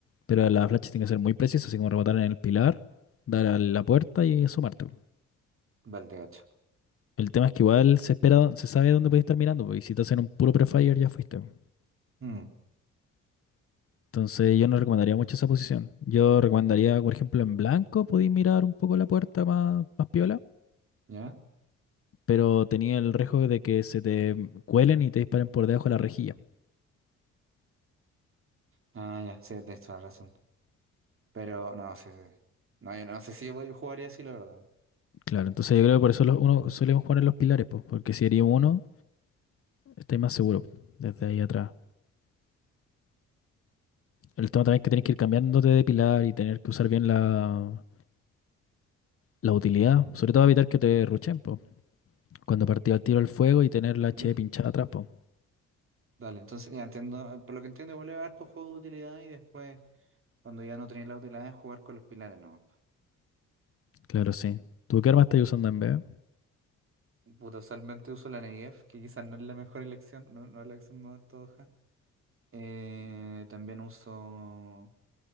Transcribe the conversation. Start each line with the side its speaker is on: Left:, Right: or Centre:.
Left: Pero las flash tienen que ser muy precisas, así como rebotar en el pilar, dar a la puerta y asomarte.
Right: vale, te gacho.
Left: El tema es que igual se espera, se sabe dónde puedes estar mirando, pues, y si te hacen un puro prefire ya fuiste. pues.
Right: Mm,
Left: Entonces yo no recomendaría mucho esa posición. Yo recomendaría, por ejemplo, en blanco podéis mirar un poco la puerta más, más piola,
Right: ¿ya?
Left: pero tenía el riesgo de que se te cuelen y te disparen por debajo de la rejilla.
Right: Ah, ya, sí, tienes toda la razón. Pero no sé. No, yo no sé si yo voy- jugaría así, la verdad.
Left: Claro, entonces yo creo que por eso los- uno solemos jugar en los pilares, pues, porque si herimos uno Estáis más seguro desde ahí atrás. El tema también es que tienes que ir cambiándote de pilar y tener que usar bien la, la utilidad. Sobre todo evitar que te ruchen, po. Cuando partía el tiro al fuego y tener la H
Right: Mm,
Left: pinchada atrás, po.
Right: Dale, entonces ya entiendo. Por lo que entiendo, igual a harto juego de utilidad y después. Cuando ya no tenía la utilidad de jugar con los pilares, no.
Left: Claro, sí. ¿Tú qué arma estáis usando en vez?
Right: Puta, usualmente uso la Negev, que quizás no es la mejor elección, no, no es la elección más ortodoxa. Eh, también uso